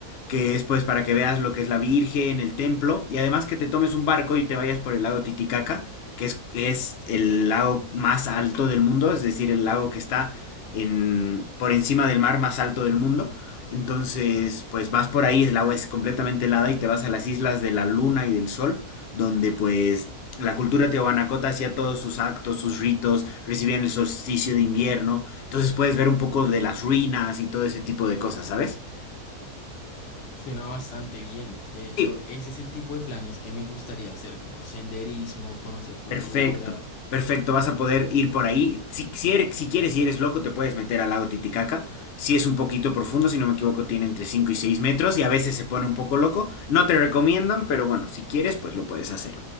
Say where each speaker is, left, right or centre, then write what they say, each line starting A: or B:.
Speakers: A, on the left (about 75°); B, on the left (about 55°).
A: que es pues para que veas lo que es la Virgen, el templo, y además que te tomes un barco y te vayas por el lago Titicaca que es, que es el lago más alto del mundo, es decir, el lago que está en, por encima del mar más alto del mundo. Entonces, pues vas por ahí, el agua es completamente helada y te vas a las islas de la luna y del sol, donde pues la cultura Teotihuacana hacía todos sus actos, sus ritos, recibían el solsticio de invierno. Entonces puedes ver un poco de las ruinas y todo ese tipo de cosas, ¿sabes?
B: Suena bastante bien. De hecho,
A: Sí,
B: ese es el tipo de planes que me gustaría hacer, como senderismo, conocer cultura.
A: Perfecto, perfecto, vas a poder ir por ahí. Si, si, eres- si quieres y eres loco, te puedes meter al lago Titicaca. Si es un poquito profundo, si no me equivoco, tiene entre 5 y 6 metros y a veces se pone un poco loco. No te recomiendan, pero bueno, si quieres, pues lo puedes hacer.